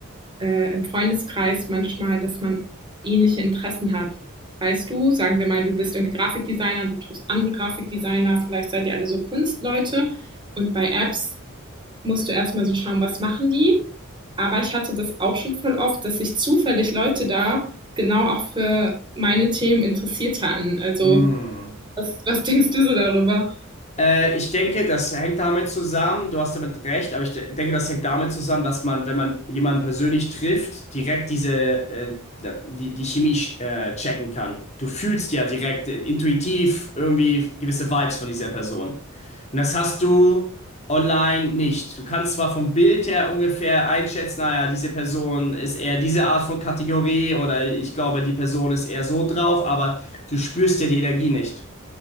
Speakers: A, on the right; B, on the left.
A: äh, im Freundeskreis manchmal, dass man ähnliche Interessen hat. Weißt du, sagen wir mal, du bist irgendwie Grafikdesigner, du triffst andere Grafikdesigner, vielleicht seid ihr alle so Kunstleute und bei Apps musst du erstmal so schauen, was machen die. Aber ich hatte das auch schon voll oft, dass sich zufällig Leute da genau auch für meine Themen interessiert hatten. Also,
B: Hm.
A: was, was denkst du so darüber?
B: Äh, ich denke, das hängt damit zusammen, du hast damit recht, aber ich de denke, das hängt damit zusammen, dass man, wenn man jemanden persönlich trifft, direkt diese, äh, die, die Chemie äh, checken kann. Du fühlst ja direkt, äh, intuitiv irgendwie gewisse Vibes von dieser Person. Und das hast du online nicht. Du kannst zwar vom Bild her ungefähr einschätzen, naja, diese Person ist eher diese Art von Kategorie oder ich glaube, die Person ist eher so drauf, aber du spürst ja die Energie nicht.